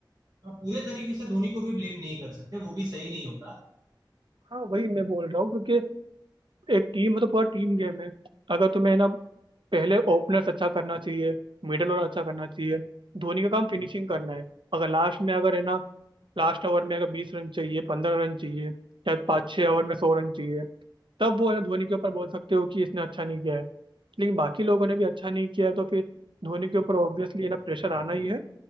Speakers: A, on the right; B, on the right.
A: और पूरे तरीके से धोनी को भी ब्लेम नहीं कर सकते वो भी सही नहीं होगा
B: हाँ वही मैं बोल रहा हूँ क्योंकि एक टीम मतलब पूरा टीम गेम है अगर तुम्हें ना पहले ओपनर्स अच्छा करना चाहिए मिडल और अच्छा करना चाहिए धोनी का काम फिनिशिंग करना है अगर लास्ट में अगर है ना लास्ट ओवर में अगर बीस रन चाहिए पंद्रह रन चाहिए या पाँच छः ओवर में सौ रन चाहिए तब वो है ना धोनी के ऊपर बोल सकते हो कि इसने अच्छा नहीं किया है लेकिन बाकी लोगों ने भी अच्छा नहीं किया है तो फिर धोनी के ऊपर ऑब्वियसली है ना प्रेशर आना ही है